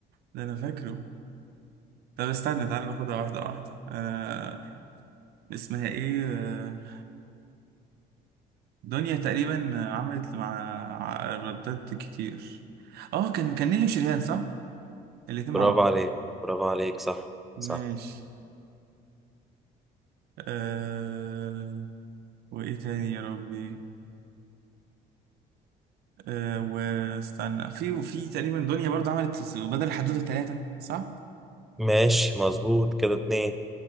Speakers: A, on the right; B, in the centre.
A: ده انا فاكره طب استنى تعالى ناخدها واحده واحده آه اسمها ايه آه دنيا تقريبا عملت مع ع- ردات كتير اه كان كان نيلي وشريهان صح الاتنين
B: برافو
A: مع بعض
B: عليك برافو عليك صح
A: ماشي
B: صح
A: آه وايه تاني يا ربي آه واستنى في وفي تقريبا دنيا برضه عملت بدل الحدوتة ثلاثة صح؟
B: ماشي مظبوط كده اتنين